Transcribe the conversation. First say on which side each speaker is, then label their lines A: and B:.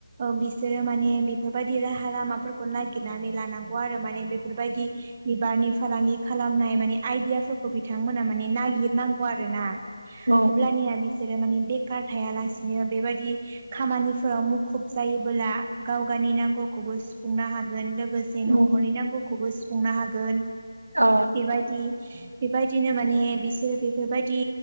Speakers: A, on the right; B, on the right.
A: ओ बिसोरो माने बेफोरबायदि राहा लामाफोरखौ नागिरनानै लानांगौ आरो माने बेफोरबायदि। बिबारनि फालांगि खालामनाय माने आइदियाफोरखौ बिथांमोना माने नागिरनांगौ आरो ना।
B: औ
A: अब्लानिया बिसोरो माने। बेखार थायालासिनो बेबायदि खामानिफोराव मुखुब जायोबोला गाव गावनि नांगौ। खौबो सुफुंनो हागोन। लोगोसे
B: औ
A: न'खरनि नांगौखौबो सुफुंनो हागोन
B: औ
A: बेबायदि। बेबायदिनो माने बिसोर बेफोरबायदि